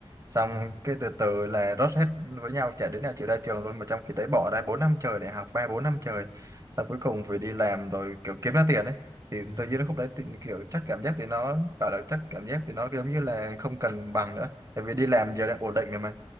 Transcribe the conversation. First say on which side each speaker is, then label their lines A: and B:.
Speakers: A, on the right; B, on the right.
A: xong
B: ừ,
A: cái từ từ là rớt hết với nhau chả đứa nào chịu ra trường luôn mà trong khi đấy bỏ ra 4 năm trời để học ba bốn năm
B: ừ,
A: trời xong cuối cùng phải đi làm rồi kiểu kiếm ra tiền ấy thì
B: ừ,
A: tôi dưới khúc đấy thì kiểu chắc cảm giác thì nó bảo là chắc cảm giác thì nó giống như là không cần bằng nữa tại vì đi làm giờ đang ổn định rồi mà